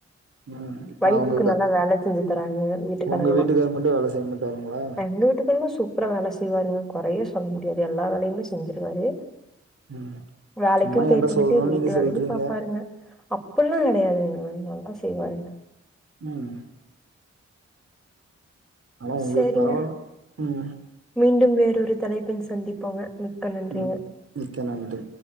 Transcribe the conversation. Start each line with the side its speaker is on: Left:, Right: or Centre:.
Right: ம் ஆனா
Centre: ஒய்ஃபுக்கு
Right: உங்க
Centre: நல்லா வேல செஞ்சித்தராங்க வீட்டுக்காரங்கலா
Right: உங்க வீட்டுக்காரு மட்டு வேல செய்ய மாட்டாருங்களா
Centre: எங்க வீட்டுக்கல்லா சூப் ப்றோ வேல செய்வாருங்க கொறையே சொல்ல முடியாது எல்லா வேலையுமே செஞ்சிருவாரு
Right: ம்
Centre: வேலைக்கும்
Right: சும்மா
Centre: போயிட்டு
Right: என்ட்ட
Centre: வந்துட்டு
Right: சொல்லணும்னு
Centre: வீட்டு
Right: நீங்க
Centre: வேலையும்
Right: சொல்றீங்க
Centre: பாப்பாருங்க அப்பில்லா கெடையாதுங்க நல்லா செய்வாருங்க
Right: ம் ஆனா உங்களுக்கு
Centre: சேரிங்க
Right: பரவால்ல ம்
Centre: மீண்டும் வேறு ஒரு தலைப்பின் சந்திப்போங்க மிக்க நன்றிங்க
Right: ம் மிக்க நன்றி